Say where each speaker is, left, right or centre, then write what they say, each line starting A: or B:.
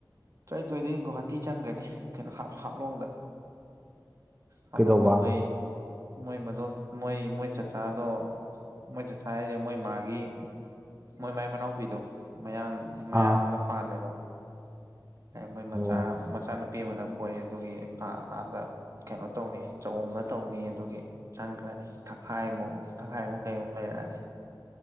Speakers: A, on the right; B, on the right.
A: ꯇꯔꯥꯅꯤꯊꯣꯏꯗꯩ ꯒꯨꯍꯥꯇꯤ ꯆꯪꯈ꯭ꯔꯅꯤ ꯀꯩꯅꯣ ꯍꯥ ꯍꯥꯞꯂꯣꯡꯗ ꯍꯥꯝꯂꯣꯡꯗ
B: ꯀꯩꯗꯧꯕ
A: ꯃꯣꯏ ꯃꯣꯏ ꯃꯗꯣꯝ ꯃꯣꯏ ꯃꯣꯏ ꯆꯆꯥꯗꯣ ꯃꯣꯏ ꯆꯆꯥ ꯍꯥꯏꯁꯦ ꯃꯣꯏ ꯃꯥꯒꯤ ꯃꯣꯏ ꯃꯥꯏ ꯃꯅꯥꯎꯄꯤꯗꯣ ꯃꯌꯥꯡ ꯃꯌꯥꯡ
B: ꯑꯥ
A: ꯑꯝꯗ ꯄꯥꯜꯂꯦꯕ ꯃꯣꯏ ꯃꯆꯥ
B: ꯑꯣ
A: ꯃꯆꯥꯅꯨꯄꯤ ꯑꯃꯗ ꯄꯣꯛꯑꯦ ꯑꯗꯨꯒꯤ ꯑ ꯑꯥꯗ ꯀꯩꯅꯣ ꯇꯧꯅꯤ ꯆꯎꯝꯕ ꯇꯧꯅꯤ ꯑꯗꯨꯒꯤ ꯆꯪꯈ꯭ꯔꯅꯤ ꯊꯥꯈꯥꯏꯃꯨꯛ ꯊꯛꯈꯥꯏꯃꯨꯛ ꯀꯩꯃꯨꯛ ꯂꯩꯔꯛꯑꯅꯤ